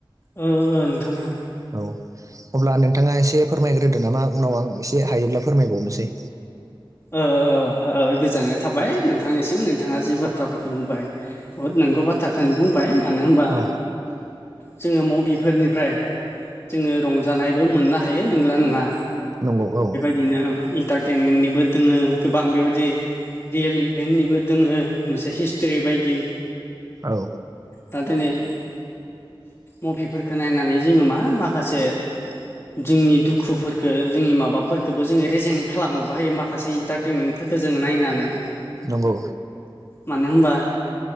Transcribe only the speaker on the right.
औ अब्ला नोंथाङा एसे फोरमायग्रोदो नामा उनाव आं एसे हायोब्ला फोरमायबावनोसै
औ
नंगौ औ
औ
नंगौ